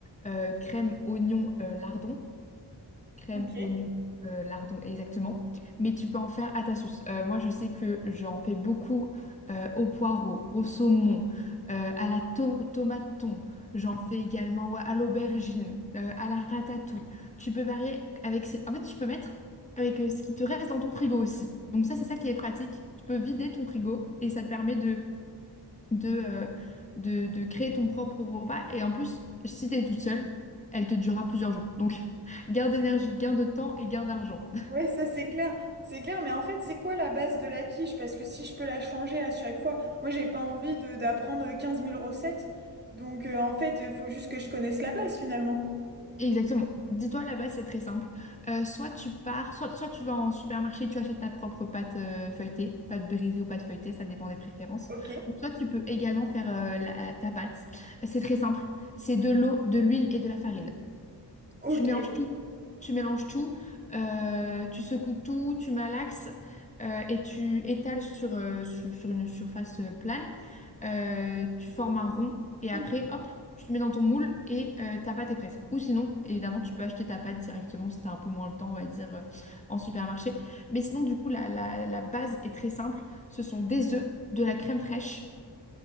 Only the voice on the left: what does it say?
euh, crème, oignon, euh, lardon. crème,
oignon, euh, lardon, exactement. Mais tu peux en faire à ta sauce. Euh, moi, je sais que j'en fais beaucoup euh, au poireau, au saumon, euh, à la to- tomate thon. J'en fais également ouais, à l'aubergine, euh, à la ratatouille. Tu peux varier avec... ce- En fait, tu peux mettre avec euh, ce qui te reste dans ton frigo aussi. Donc ça, c'est ça qui est pratique. Tu peux vider ton frigo et ça te permet de de, euh, de, de créer ton propre repas. Et en plus, si t'es toute seule, elle te durera plusieurs jours. Donc, <laughs> gain d'énergie, gain de temps et gain d'argent.
Exactement. Dis-toi, là-bas, c'est très simple. Euh, soit tu pars, soit, soit tu vas en supermarché, tu achètes ta propre pâte euh, feuilletée, pâte brisée ou pâte feuilletée, ça dépend des préférences.
Ou soit tu peux également faire euh, la- ta pâte. C'est très simple. C'est de l'eau, de l'huile et de la farine.
Tu mélanges
tout. Tu mélanges tout, euh, tu secoues tout, tu malaxes euh, et tu étales sur, euh, sur, sur une surface euh, plane. Euh, tu formes un rond et après,
hop, tu le mets dans ton moule et euh, ta pâte est prête. Ou sinon, évidemment, tu peux acheter ta pâte directement si tu as un peu moins le temps, on va dire, euh, en supermarché. Mais sinon, du coup, la, la, la base est très simple. Ce sont des œufs, de la crème fraîche.